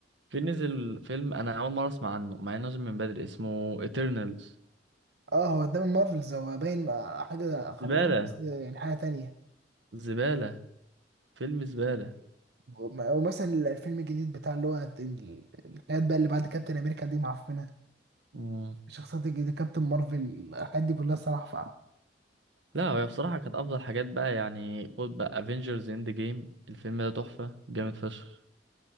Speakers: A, on the right; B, on the right.
A: في نزل فيلم انا اول مرة اسمع عنه مع انه نازل من بدري اسمه ايترنالز
B: اه هو ده من مارفلز هو باين حاجة خارقين
A: زبالة
B: بس يعني حاجة تانية
A: زبالة فيلم زبالة
B: وم- ومثلا الفيلم الجديد بتاع اللي هو الت- ال- الحاجات بقى اللي بعد كابتن أمريكا دي معفنة
A: مم.
B: الشخصيات الجديدة كابتن مارفل الحاجات دي كلها الصراحة فقعة
A: لا هي بصراحة كانت أفضل حاجات بقى يعني خد بقى افنجرز اند جيم الفيلم ده تحفة جامد فشخ